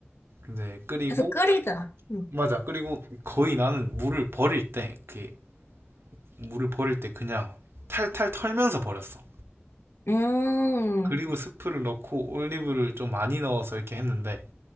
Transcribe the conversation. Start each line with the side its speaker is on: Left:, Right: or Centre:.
Right: 이제 끓이고
Left: 계속 끓이자. 음,
Right: 맞아. 그리고 거의 나는 물을 버릴 때 그 물을 버릴 때 그냥 탈탈 털면서 버렸어.
Left: 음,
Right: 그리고 스프를 넣고 올리브를 좀 많이 넣어서 이렇게 했는데